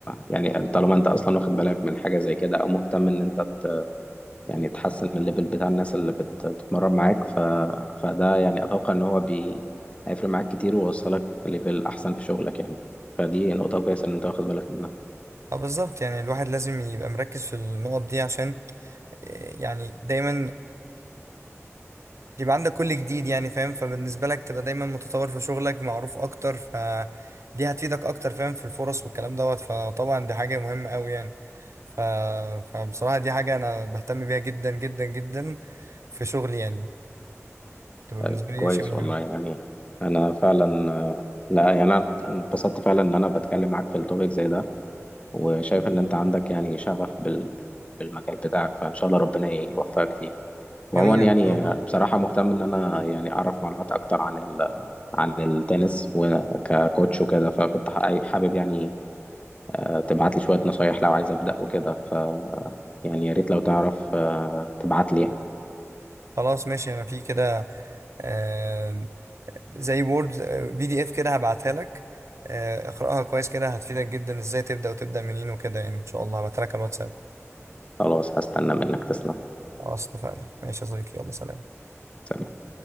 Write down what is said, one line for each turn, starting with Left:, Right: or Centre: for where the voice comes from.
Left: يعني طالما انت اصلا واخد بالك من حاجه زي كده او مهتم ان انت ت... يعني تحسن الليفل بتاع الناس اللي بت- بتتمرن معاك ف... فده يعني اتوقع ان هو بي... هيفرق معاك كتير ويوصلك ليفل احسن في شغلك يعني فدي نقطه كويسه ان انت واخد بالك منها
Right: اه بالظبط يعني الواحد لازم يبقى مركز في النقط دي عشان آه، يعني دايما يبقى عندك كل جديد يعني فاهم فبالنسبة لك تبقى دايما متطور في شغلك معروف اكتر فدي هتفيدك اكتر فاهم في الفرص والكلام دوت فطبعا دي حاجة مهمة قوي يعني ف... فبصراحة دي حاجة انا بهتم بيها جدا جدا جدا في شغلي يعني تبقى
Left: طيب
Right: بالنسبة لي
Left: كويس
Right: شيء مهم
Left: والله يعني انا فعلا آه، لا يعني انا انبسطت فعلا ان انا بتكلم معاك في التوبيك زي ده وشايف ان انت عندك يعني شغف بال... بالمجال بتاعك فان شاء الله ربنا يوفقك فيه وعموما
Right: جميل ان
Left: يعني
Right: شاء
Left: آه،
Right: الله
Left: بصراحة مهتم ان انا يعني اعرف معلومات اكتر عن ال... عن التنس وككوتش وكده فكنت ح- حابب يعني آه، تبعت لي شوية نصايح لو عايز ابدأ وكده ف يعني يا ريت لو تعرف آه، تبعت لي
Right: خلاص ماشي انا في كده آه زي وورد بي دي اف كده هبعتها لك آه اقرأها كويس كده هتفيدك جدا ازاي تبدأ وتبدأ منين وكده يعني ان شاء الله هبعتها لك على الواتساب
Left: خلاص هستنى منك تسلم
Right: خلاص اتفقنا ماشي يا صديقي يلا سلام
Left: سلام